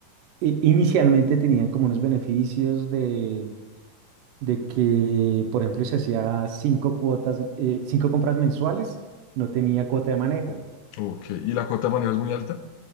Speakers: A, on the right; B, on the left.
A: eh, inicialmente tenían como unos beneficios de, de que, por ejemplo, si hacía cinco cuotas, eh, cinco compras mensuales, no tenía cuota de manejo.
B: Ok, ¿y la cuota de manejo es muy alta?